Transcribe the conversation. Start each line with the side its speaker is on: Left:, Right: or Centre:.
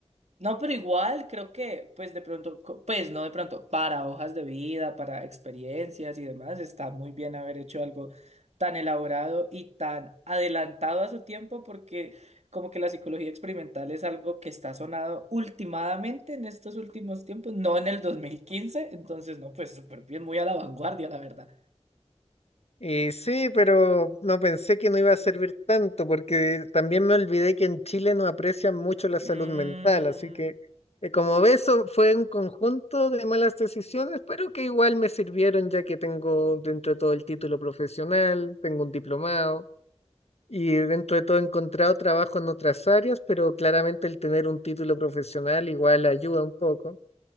Right: No, pero igual creo que, pues de pronto, co- pues no de pronto, para hojas de vida, para experiencias y demás, está muy bien haber hecho algo tan elaborado y tan adelantado a su tiempo, porque como que la psicología experimental es algo que está sonado ultimadamente en estos últimos tiempos, no en el 2015, entonces no, pues súper bien, muy a la vanguardia, la verdad.
Left: Y sí, pero no pensé que no iba a servir tanto, porque también me olvidé que en Chile no aprecian mucho la salud
Right: Mm,
Left: mental, así que eh, como ves, so- fue un conjunto de malas decisiones, pero que igual me sirvieron ya que tengo dentro de todo el título profesional, tengo un diplomado y dentro de todo he encontrado trabajo en otras áreas, pero claramente el tener un título profesional igual ayuda un poco.